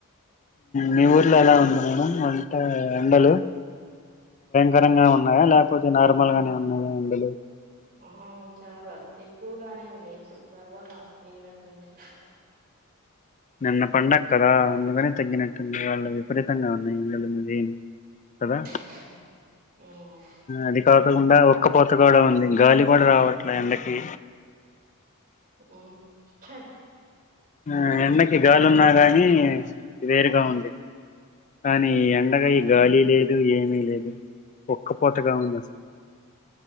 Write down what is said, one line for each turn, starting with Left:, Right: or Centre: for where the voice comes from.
Left: మీ ఊర్లో ఎలా ఉంది మేడం వంట ఎండలు కరంగా ఉన్నాయా
Right: ఆ
Left: లేకపోతే నార్మల్ గానే ఉన్నాయా ఎండలు
Right: ఆ చాలా ఎక్కువగానే ఉన్నాయి ఇప్పుడు పర్వాలా నిన్నటి నుంచి
Left: నిన్న పండగ కదా అందుకని తగ్గినట్టుడి వాళ్ళు విపరీతంగా ఉన్నాయి ఇళ్లలో వేడి కదా
Right: ఉమ్ ఉమ్
Left: అది కాకుండా ఒక్కపోత కొక్క కూడా ఉంది గాలి కూడా రావట్లే ఎండకి
Right: హ్మ్మ్
Left: ఆ ఎండకి గాలున్నా గాని వేరుగా ఉందింది కానీ ఎండగాయ
Right: ఆ
Left: గాలి
Right: అవును
Left: లేదు ఏమీ లేదు ఉక్క పూతగా ఉంది అసలు